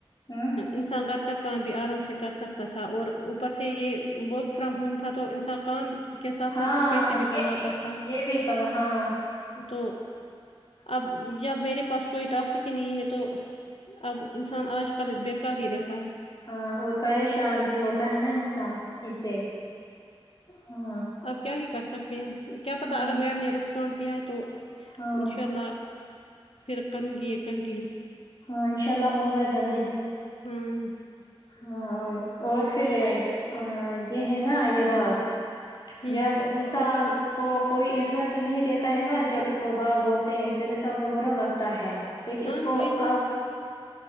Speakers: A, on the left; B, on the left.
A: ہوں
B: انسان گھر کا کام بھی آرام سے کر سکتا تھا اور اوپر سے یہ وہ فرام ہوم تھا تو انسان کام کے ساتھ
A: ہاں
B: ساتھ پیسے بھی
A: یہ
B: کماتا تھا
A: یہ بھی کم ہاں
B: تو اب جب میرے پاس کوئی ٹاسک ہی نہیں ہے تو اب انسان آج کل بیکار ہی رہتا ہے
A: ہاں اور پریشان بھی ہوتا ہے نا انسان اس سے ہاں
B: آپ کیا ہی کر سکتے ہیں کیا پتہ
A: ہاں
B: اگر میم نے ریسپانڈ دیا ہے تو
A: ہاں
B: انشاء اللہ پھر کروں گی یہ کنٹیینیو
A: ہاں انشاء اللہ ہوگا جلدی
B: ہاں
A: ہاں اور پھر اے آی یہ ہے نا یہ بات
B: ہوں
A: جب انسان کو کوئی انٹرسٹ نہیں دیتا ہے نا جب اس کو بات بولتے ہیں پھر ان سب کو برا لگتا ہے لیکن
B: ہاں
A: اس کو
B: وہی نا
A: آپ